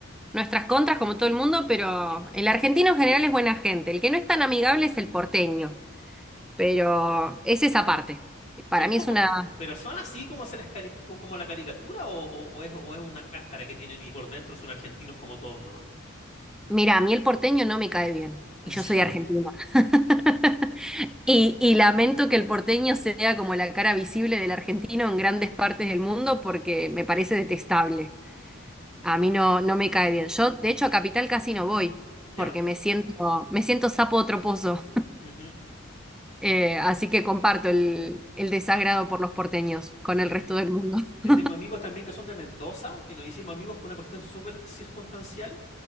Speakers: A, in the centre; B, on the left.
A: nuestras contras como todo el mundo, pero
B: <laughs>
A: el argentino en general es buena gente. El que no es tan amigable es el porteño, pero es esa parte. Para
B: Pero es
A: mí
B: como,
A: es una...
B: pero son así como se les cari- co- como la caricatura o, o- o es, o es una cáscara que tienen y por dentro son argentinos como todos nomás.
A: Mira, a mí el porteño no me cae bien
B: ¿En
A: y yo
B: serio?
A: soy argentina. <laughs> Y, y lamento que el porteño sea como la cara visible del argentino en grandes partes del mundo porque me parece detestable. A mí no, no me cae bien. Yo, de hecho, a Capital casi no voy,
B: Ya.
A: porque me siento, me siento sapo de otro pozo.
B: ujú.
A: Eh, así que comparto el, el desagrado por los porteños con
B: Mira,
A: el resto
B: yo,
A: del mundo.
B: yo
A: <laughs>
B: tengo amigos también que son de Mendoza, que nos hicimos amigos por una cuestión súper circunstancial.